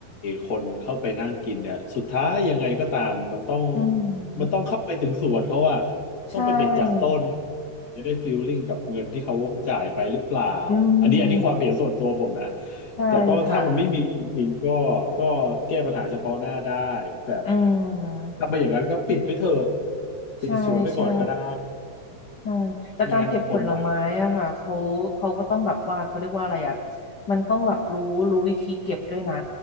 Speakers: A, on the left; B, on the left.
A: คนเข้าไปนั่งกินเนี่ยสุดท้ายยังไงก็ตามมันต้อง
B: อืม
A: มันต้องเข้าไปถึงสวนเขาอะ
B: ใช่
A: ต้องไปเด็ดจากต้น ถึงจะได้ฟีลลิ่งกับเงินที่เขาจ่ายไปหรือเปล่า
B: อื
A: อันนี้อันนี้ความเห็นส่วนตัวผมนะ
B: มใช่ค่ะ
A: แต่ก็ถ้ามันไม่มีจริงๆก็ก็แก้ปัญหาเฉพาะหน้าได้ แต่
B: อืม
A: ถ้าไม่อย่างนั้นก็ปิดไปเถอะปิดสวนไปก่อนก็ได้
B: ใช่ใช่ ใช่แต่การเก็บผลไม้อะค่ะเขาเขาก็ต้องแบบว่าเขาเรียกว่าอะไรอะ
A: ไม่งั้นคนมาก็เสียใจ
B: มันต้องแบบรู้รู้วิธีเก็บด้วยนะ